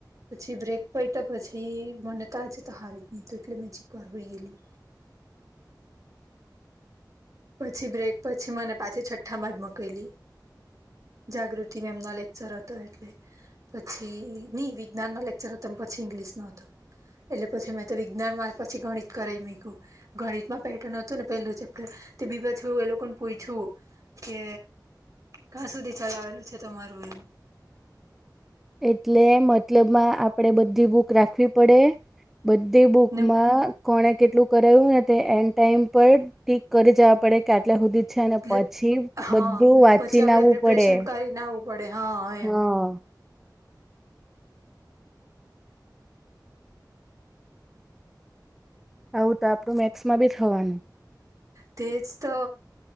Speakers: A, on the right; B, in the centre.
A: પછી બ્રેક પયતો પછી મને તો આ જ તો હારી ની હતું એટલે મેં ચીક વાર હુય રેલી પછી બ્રેક પછી મને પાછી છઠ્ઠામાં જ મોકયલી જાગૃતિમાં મેમનો લેક્ચર હતો એટલે પછી ની વિજ્ઞાનનો લેક્ચર હતો પછી ઇંગ્લિશનો હતો. એટલે પછી મેં તો વિજ્ઞાનમાં પછી ગણિત કરાવી મુયકુ ગણિત માં પેટર્ન હતું ને પેલું ચેપ્ટર તે બી પા છું, એ લોકો ને પૂઈછું કે ક્યાં સુધી ચલાવેલું છે, તમારું એમ
B: એટલે મતલબમાં આપણેે બધી બૂક રાખવી પડે બધી બુકમાં
A: ને
B: કોને કેટલું કરાવ્યું તે એન્ડ ટાઈમ પર ટીક કરી જવા પડે કે આટલા સુધી અચ્છા ને
A: એટલે
B: પછી
A: હા
B: બધું વાંચીને
A: પછી આપણે
B: આવવું
A: પ્રિપરેશન
B: પડે
A: કરીને આવવું પડે હા એમ
B: હા આવું તો આપડું મેક્સમાં બી થવાનું
A: તેજ તો